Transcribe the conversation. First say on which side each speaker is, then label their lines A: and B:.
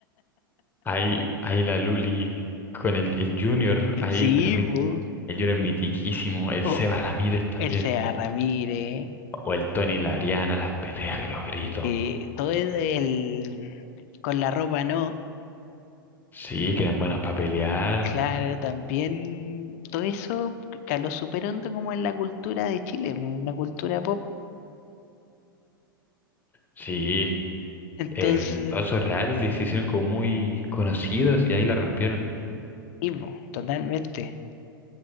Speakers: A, on the left (about 15°); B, on the left (about 45°).
A: ahí, ahí la Luli con el, el Junior, ahí
B: Sí,
A: también
B: pues.
A: el Junior mitiquísimo, el
B: o
A: Seba Ramírez también,
B: el Seba Ramírez,
A: o el Tony y la Ariana, las peleas, los gritos.
B: eh, todo el, el- con la ropa, ¿no?
A: Sí, que eran buenos para pelear.
B: Claro, también todo eso caló súper hondo como en la cultura de Chile, en la cultura pop.
A: Sí,
B: Entonces,
A: em, todos esos realities se hicieron como muy conocidos y ahí la rompieron.
B: sí, po, totalmente.